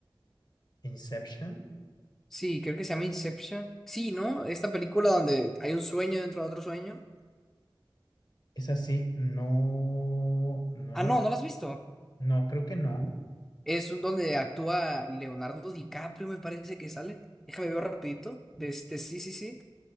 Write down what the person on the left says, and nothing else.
Inception,
esa sí, no, no
la,
no, creo que no.